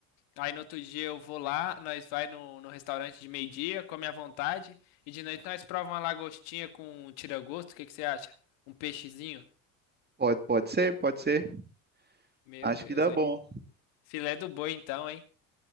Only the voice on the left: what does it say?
Aí no outro dia eu vou lá, nós vai no, no restaurante de meio-dia, come à vontade, e de noite nós prova uma lagostinha com um tira-gosto, o que que você acha? Um peixezinho?
Meu
Deus,
aí.
Filé do boi então, hein?